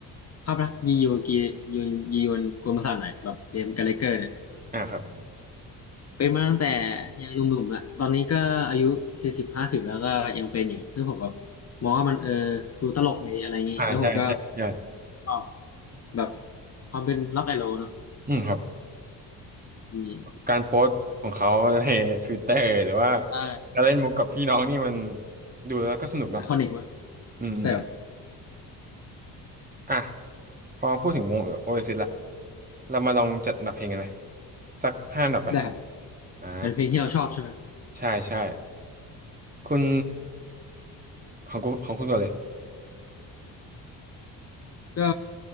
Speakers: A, on the left; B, on the right.
A: ภาพลักษณ์ยีโยกียนยียวนกุลประสาทหน่อยแบบเจมส์กัเลเกอร์เนี่ย
B: อ่าครับ
A: เป็นมาตั้งแต่ยังหนุ่มๆแลวตอนนี้ก็อายุสี่สิบห้าสิบแล้วก็ยังเป็นอยู่ซึ่งผมแบบมองว่ามันเออดูตลกดีอะไรอย่างนี้แล้วผมก็
B: <laughs> อ่าใช่ใช่ใช่
A: ชอบแบบความเป็นล็อกแอนด์โรลเนาะ
B: อืมครับ
A: อืม
B: การโพสต์ของเขาใน Twitter หรือว่า
A: ใช่
B: การเล่นมุกกับพี่น้องนี่มันดูแล้วก็สนุกเนาะ
A: ไอคอนิกมาก
B: อืมอม
A: แต่
B: อ่ะพอพูดถึงวงโอเอซิสละเรามาลองจัดอันดับเพลงกันเลยสักห้าอันดับไป
A: ได้ครับ
B: อ่า
A: เป็นเพลงที่เราชอบใช่ไหม
B: ใช่ใช่คุณของคุณของคุณก่อนเลย
A: ก็